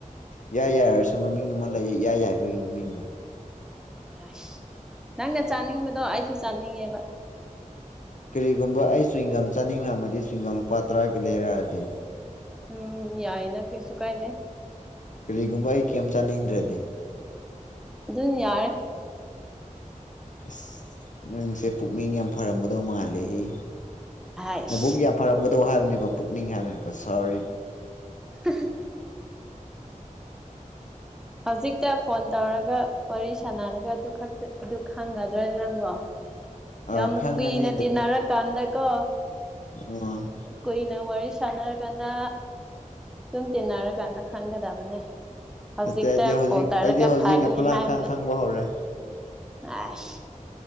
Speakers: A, on the left; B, in the centre.
A: ꯏꯌꯥ ꯌꯥꯏꯔꯁꯨ ꯃꯃꯤꯡ ꯑꯃ ꯂꯩꯌꯦ ꯏꯌꯥ ꯌꯥꯏꯕꯒꯤ ꯃꯃꯤꯡꯗꯣ
B: ꯑꯁ ꯅꯪꯅ ꯆꯥꯅꯤꯡꯕꯗꯣ ꯑꯩꯁꯨ ꯆꯥꯅꯤꯡꯉꯦꯕ
A: ꯀꯔꯤꯒꯨꯝꯕ ꯑꯩ ꯆ꯭ꯋꯤꯡꯒꯝ ꯆꯥꯅꯤꯡꯔꯝꯂꯗꯤ ꯆꯤꯡꯒꯝ ꯂꯨꯄꯥ ꯇꯔꯥꯒꯤ ꯂꯩꯔꯛꯑꯗꯤ
B: ꯎꯝ ꯌꯥꯏꯅ ꯀꯩꯁꯨ ꯀꯥꯏꯗꯦ
A: ꯀꯔꯤꯒꯨꯝꯕ ꯑꯩ ꯀꯔꯤꯝ ꯆꯥꯅꯤꯡꯗ꯭ꯔꯗꯤ
B: ꯑꯗꯨꯝ ꯌꯥꯔꯦ
A: ꯑꯁ ꯅꯪꯁꯦ ꯄꯨꯛꯅꯤꯡ ꯌꯥꯝ ꯐꯔꯝꯒꯗꯧ ꯃꯥꯜꯂꯦꯍꯦ
B: ꯍꯥꯏꯁ
A: ꯅꯕꯨꯛ ꯌꯥꯝ ꯐꯔꯝꯒꯗꯧ ꯍꯥꯏꯕꯅꯤꯀꯣ ꯄꯨꯛꯅꯤꯡ ꯍꯥꯏꯕꯅꯤꯀꯣ ꯁꯣꯔꯤ
B: ꯍꯥ ꯍꯥ ꯍꯧꯖꯤꯛꯇ ꯐꯣꯟ ꯇꯧꯔꯒ ꯋꯥꯔꯤ ꯁꯥꯟꯅꯔꯒ ꯑꯗꯨ ꯈꯛꯇ ꯑꯗꯨ ꯈꯪꯒꯗ꯭ꯔ ꯅꯪꯕꯣ
A: ꯑ
B: ꯌꯥꯝ
A: ꯈꯪꯉꯅꯤ
B: ꯀꯨꯏꯅ ꯇꯤꯟꯅꯔ ꯀꯥꯟꯗꯀꯣ
A: ꯎꯝ
B: ꯀꯨꯏꯅ ꯋꯥꯔꯤ ꯁꯥꯟꯅꯔꯀꯥꯟꯗ ꯗꯨꯝ ꯇꯤꯟꯅꯔꯀꯥꯟꯗ ꯈꯪꯒꯗꯕꯅꯦ ꯍꯧꯖꯤꯛꯇ
A: ꯅꯠꯇꯦ ꯑꯩꯗꯤ ꯍꯧꯖꯤꯛ
B: ꯀꯣꯜ ꯇꯧꯔꯒ
A: ꯑꯩꯗꯤ ꯍꯧꯖꯤꯛꯅ
B: ꯐꯥꯒꯅꯤ
A: ꯈꯨꯂꯥꯡꯈꯥꯡ
B: ꯍꯥꯏꯕꯗꯤ
A: ꯈꯪꯕ ꯍꯧꯔꯦ
B: ꯑꯁ